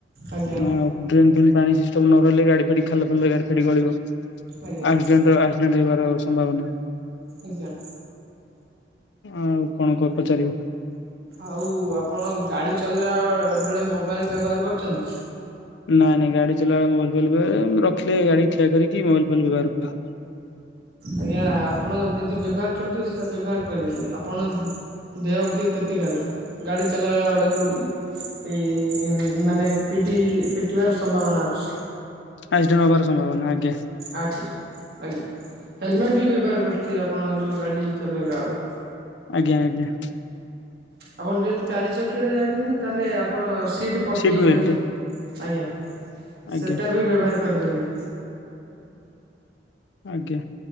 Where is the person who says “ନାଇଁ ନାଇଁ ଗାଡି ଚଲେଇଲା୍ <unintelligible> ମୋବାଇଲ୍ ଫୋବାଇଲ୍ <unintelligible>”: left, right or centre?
Left